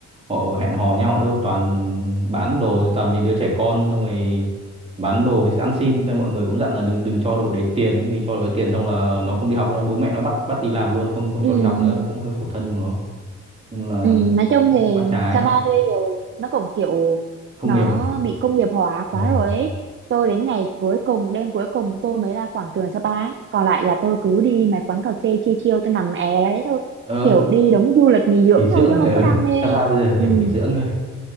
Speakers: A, on the right; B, on the right.
A: họ hẹn hò nhau đâu toàn bán đồ thì toàn mấy đứa trẻ con xong rồi bán đồ với ăn xin thế mọi người cũng dặn là đừng đừng cho đội đấy tiền ấy vì cho đội đấy tiền xong là nó không đi học nữa bố mẹ nó bắt bắt đi làm luôn không không
B: ừ
A: cho đi học
B: ừ.
A: nữa cũng hơi khổ thân chúng nó nhưng là
B: Ừ, nói chung thì
A: cũng mắt trái
B: Sapa bây giờ nó cũng kiểu
A: Công
B: nó
A: nghiệp này,
B: bị công nghiệp hóa quá
A: ờ,
B: rồi ấy. Tôi đến ngày cuối cùng, đêm cuối cùng tôi mới ra quảng trường Sapa. ấy. Còn lại là tôi cứ đi mấy quán cà phê chiêu chiêu tôi nằm è ra đấy thôi.
A: ờ,
B: Kiểu đi đúng du lịch nghỉ dưỡng
A: nghỉ dưỡng
B: thôi chứ
A: này,
B: không
A: ờ,
B: có đam
A: <laughs>
B: mê.
A: Sapa bây giờ
B: Ừ,
A: kiểu nghỉ dưỡng rồi,